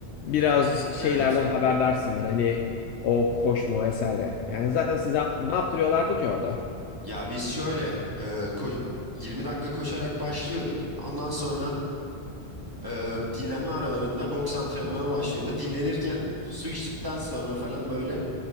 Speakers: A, on the left; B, on the right.
A: biraz şeylerden
B: Evet.
A: haberdarsındır. Hani o koşma vesaire. Yani zaten size ne yaptırıyorlardı ki orada?
B: Ya biz şöyle e, ko- 20 dakika koşarak başlıyorduk. Ondan sonra e, dinlenme aralarında boks antrenmanı başlıyordu. Dinlenirken su içtikten sonra falan böyle